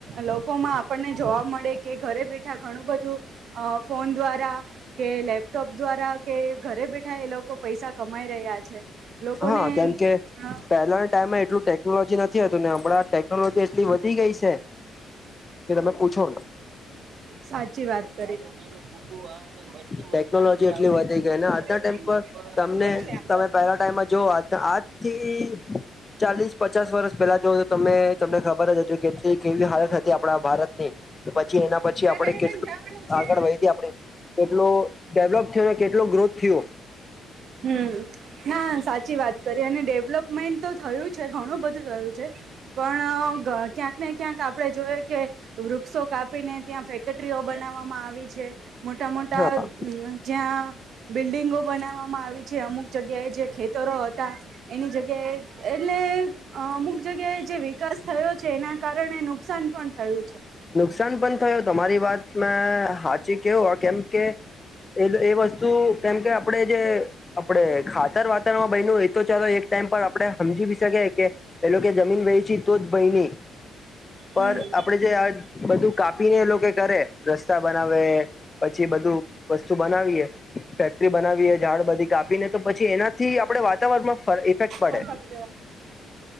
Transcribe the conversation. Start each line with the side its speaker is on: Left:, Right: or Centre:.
Right: લોકોમાં આપણને જવાબ મળે કે ઘરે, બેઠા ઘણું, બધું ફોન, અ દ્વારા કે લેપટોપ દ્વારા કે ઘરે બેઠા, એ લોકો પૈસા કમાઈ રહ્યા છે. લોકોને
Left: હા, કેમકે
Right: અ
Left: પહેલાના ટાઈમે એટલું ટેકનોલોજી નથી, હતું ને હમણાં ટેનોલોજી, એટલી વધી ગઈ છે. કે, તમે પૂછો
Right: સાચી, વાત કરી હું આને, મસ્ત
Left: ટેકનોલોજી
Right: મસ્ત હાલસા,
Left: એટલી
Right: આવ
Left: વધી ગઈ
Right: મસ્ત
Left: ને આજના
Right: મત
Left: ટાઈમ
Right: લોકોરા
Left: પર તમને
Right: ના
Left: તમે પહેલા ટાઈમમાં જો, આ આજથી ચાલીસ પચાસ વર્ષ, પેલા જો તમે તમને ખબર જ હજ કેટલી કેવી હાલત હતી, આપણા ભારતની પછી, એના પછી
Right: હવે
Left: આપડણે
Right: રહી રહીને
Left: કેટલું
Right: જવાનું છે
Left: આગળ વધહીી આપણે કેટલો ડેવલપ થયો, ને કેટલો ગ્રોથ થયો
Right: હમ ના સાચી વાત કરી, અને ડેવલપમેન્ટ તો થયું છે, ઘણું બધું થયું છે, પણ ક્યાંક ને ક્યાંક આપણે જોય, કે વરુ ક્ષો કાપીને, ત્યાં ફેક્ટરીઓ બનાવવામાં આવી છે, મોટા મોટા
Left: હા
Right: જ્યાં બિલ્ડિંગો, બનાવવામાં આવી જે અમુક જગ્યાએ જે, ખેતરો હતા, એની જગ્યાએ એટલે અમુક જગ્યાએ જે વિકાસ થયો છે એના કારણે નુકસાન પણ થયું છે.
Left: નુકસાન પણ થયું તમારી વાત મે હાચી કેવું કેમ કે એ એ વસ્તુ કેમ કે આપડે જે આપડે ખાતર વાતરમાં બન એ તો ચાલો એક ટ આપે સમજી શકી કે એ જમીન વે છેી તો જ ભયને પર
Right: હમ
Left: આપણે જે આ બધું કાપીને એ લોકો કરે રસ્તા બનાવે પછી બધું વસ્તુ બનાવીએ ફેક્ટરી બનાવીએ ઝાડ બધી કાપીને તો પછી એનાથી આપડણે વાતાવરણમાં ફ ઇફેક્ટ પડે
Right: બ સાધ લવા